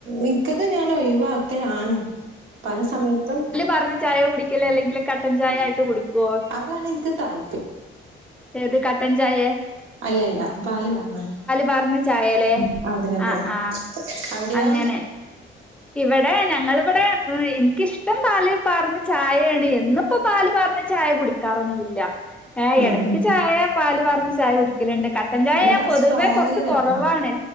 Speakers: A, on the right; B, in the centre.
A: ഇൻ ക്കത് ഞാൻ ഒയിവാക്കലാണ് പല സമയത്തും.
B: പർഞ്ഞ ചായ കുടിക്കലേ അല്ലെങ്കില് കട്ടൻ ചായായിട്ട് കുടിക്കോ
A: അതാണ് ഇൻക്ക് താല്പ
B: ഏത് കട്ടൻ ചായെ
A: അല്ലല്ല പാല് പറഞ്ഞ
B: പാർന്ന ചായലേ
A: ഉം അതെ അതെ
B: ആഹ് ആഹ്
A: അവിടയൊ
B: അങ്ങനെ ഇവിടെ ഞങ്ങളിവിടെ ഇൻക്കിഷ്ടം പാല് പാർന്നാ ചായേണ് എന്നും ഇപ്പൊ പാല് പാർന്ന ചായ കുടിക്കാറൊന്നുല്ല ഏ
A: ഉം
B: എടക്ക്
A: ഉം
B: ചായ പാല് പാർന്ന ചായ കുടി ല്ണ്ട് കട്ടൻ ചായ
A: എന്നിട്ട്
B: ഞാന്
A: ആ
B: പൊതുവേ
A: സ്ട്രോങ്ങില്
B: കൊർച്ച് കൊറവാണ്.
A: വരണം